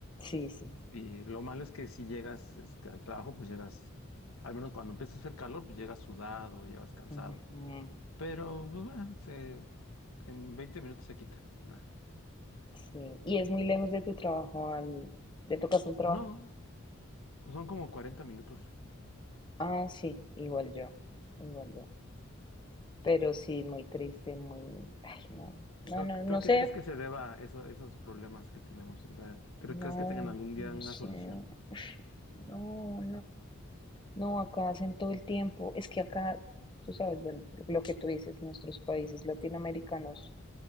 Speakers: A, on the left (about 20°); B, on the left (about 85°).
A: Sí, sí.
B: Y lo malo es que si llegas este, al trabajo, pues llegas, al menos cuando empieza a hacer calor, pues llegas sudado, llegas cansado.
A: Ujú.
B: Pero pues, bueno, se- en 20 minutos se quita. Nah.
A: Sí, y es muy lejos de tu trabajo al, de tu casa al trabajo.
B: No, pues son como 40 minutos.
A: Ah, sí, igual yo, igual yo. Pero sí, muy triste, muy, ay, no, no,
B: ¿Tú,
A: no,
B: tú
A: no
B: a qué
A: sé,
B: crees que se deba eso, esos problemas que tenemos? O sea, ¿tú ¿crees
A: no,
B: que tengan algún día
A: no
B: una
A: sé,
B: solución?
A: no, no, no, acá hacen todo el tiempo. Es que acá, tú sabes, bueno, lo que tú dices, nuestros países latinoamericanos